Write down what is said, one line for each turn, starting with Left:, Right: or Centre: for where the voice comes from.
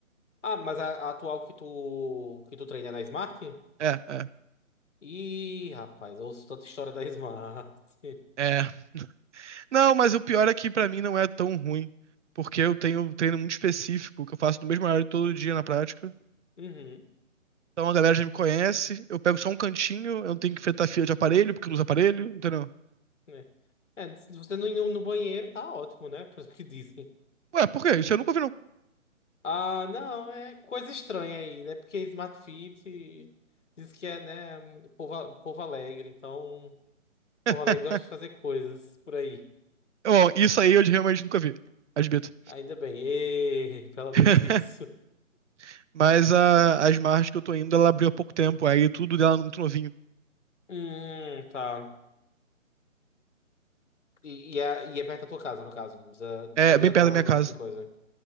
Left: Ah, mas a, a atual que tu, que tu treina é na Smart?
Right: É, é,
Left: Ih, rapaz, eu ouço tanta história da Smart. <laughs>
Right: é. Não, mas o pior é que pra mim não é tão ruim, porque eu tenho um treino muito específico, que eu faço no mesmo horário todo dia na prática.
Left: Uhum,
Right: Então a galera já me conhece, eu pego só um cantinho, eu não tenho que enfrentar fila de aparelho, porque eu não uso aparelho, entendeu?
Left: né? É, se você não ir no no banheiro, tá ótimo, né? <laughs> Pelo que dizem.
Right: Ué, por quê? Isso eu nunca ouvi, não.
Left: Ah, não, é coisa estranha aí, né? Porque Smart Fit diz que é, né, um povo, povo alegre, então
Right: <laughs>
Left: povo alegre gosta de fazer coisas por aí.
Right: Bom, isso aí eu realmente nunca vi, admito.
Left: Ainda bem. E... Pelo
Right: <laughs>
Left: menos isso.
Right: Mas a, as margens que eu tô indo, ela abriu há pouco tempo, aí tudo dela é muito novinho.
Left: Hum, tá. E, e é, e é perto da tua casa, no caso. Não Precisa,
Right: É
Left: pode
Right: bem
Left: ir andando,
Right: perto da minha casa.
Left: esse tipo de coisa.